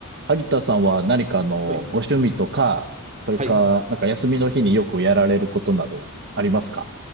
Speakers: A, on the right; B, on the right.
A: 萩田さんは何かあの、ご趣味とか、
B: はい。
A: それか、
B: はい。
A: なんか休みの日によくやられることなどありますか